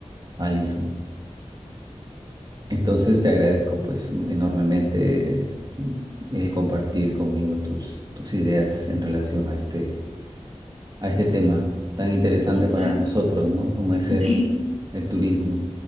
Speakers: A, on the right; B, on the right.
A: Alison. Entonces te agradezco pues mm, enormemente que- el compartir conmigo tus, tus ideas en relación a este, a este tema tan interesante
B: Sí,
A: para
B: claro,
A: nosotros, ¿no? Como
B: <laughs>
A: es
B: sí.
A: el, el turismo,